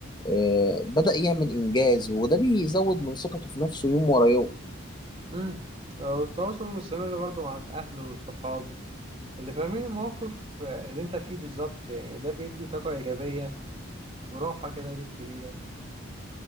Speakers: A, on the left; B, on the right.
A: آه، بدأ يعمل انجاز وده بيزود من ثقته في نفسه يوم ورا يوم
B: امم والتواصل المستمر برضه مع الأهل والصحاب اللي فاهمين المواقف اللي أنت فيه بالظبط يعني ده بيدي طاقة إيجابية وراحة كده ليك كبيرة